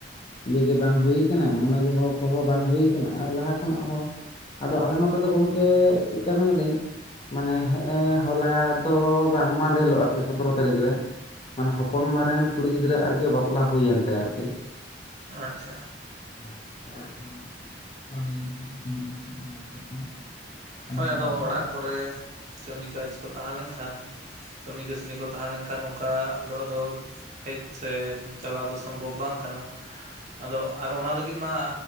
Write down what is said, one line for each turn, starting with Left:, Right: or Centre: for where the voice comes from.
Left: ᱤᱭᱟᱹ ᱜᱮ ᱵᱟᱝ ᱦᱩᱭ ᱠᱟᱱᱟ ᱢᱚᱱᱮ ᱜᱮ ᱦᱚ ᱠᱚᱦᱚᱸ ᱵᱟᱝ ᱦᱩᱭ ᱠᱟᱱᱟ ᱟᱨ ᱞᱟᱦᱟ ᱠᱷᱚᱱᱟᱜ ᱦᱚᱸ ᱟᱫᱚ ᱟᱞᱮ ᱱᱚᱛᱮ ᱫᱚ ᱜᱚᱝᱠᱮ ᱪᱮᱫᱠᱟ ᱢᱮᱱᱟᱞᱤᱧ ᱢᱟᱱᱮ ᱦᱮᱸᱜ ᱮ ᱦᱚᱞᱟ ᱫᱚ ᱵᱟᱝ ᱢᱟᱸᱫᱷᱮᱨ ᱦᱤᱞᱚᱜ ᱟᱨᱠᱤ ᱥᱚᱛᱨᱚ ᱛᱟᱹᱨᱤᱠᱷ ᱨᱮ, ᱢᱟᱱᱮ ᱦᱚᱯᱚᱱ ᱵᱟ ᱨᱮᱱ ᱠᱩᱲᱤ ᱜᱤᱫᱽᱨᱟᱹ ᱟᱨᱠᱤ ᱵᱟᱯᱞᱟ ᱦᱩᱭᱮᱱ ᱛᱟᱭᱟ᱾ ᱟᱨᱠᱤ,
Right: ᱟᱪᱪᱷᱟ,
Left: <unintelligible>
Right: ᱦᱳᱭ
Left: ᱦᱚᱞᱟ
Right: ᱟᱫᱚ
Left: ᱚᱯᱮᱪᱷᱟ
Right: ᱚᱲᱟᱜ ᱠᱚᱨᱮ ᱠᱟᱹᱢᱤ ᱠᱟᱡᱽ ᱠᱚ ᱛᱟᱦᱮᱸ ᱞᱮᱱᱠᱷᱟᱱ ᱠᱟᱹᱢᱤ ᱠᱟᱹᱥᱱᱤ ᱠᱚ ᱛᱟᱦᱮᱸ ᱞᱮᱱᱠᱷᱟᱱ ᱚᱱᱠᱟ ᱫᱚ ᱟᱫᱚ ᱦᱮᱡ ᱥᱮ ᱪᱟᱞᱟᱣ ᱫᱚ ᱥᱚᱢᱵᱷᱚᱵ ᱵᱟᱝ ᱠᱟᱱᱟ ᱟᱫᱚ ᱟᱨ ᱚᱱᱟ ᱞᱟᱹᱜᱤᱫ ᱢᱟ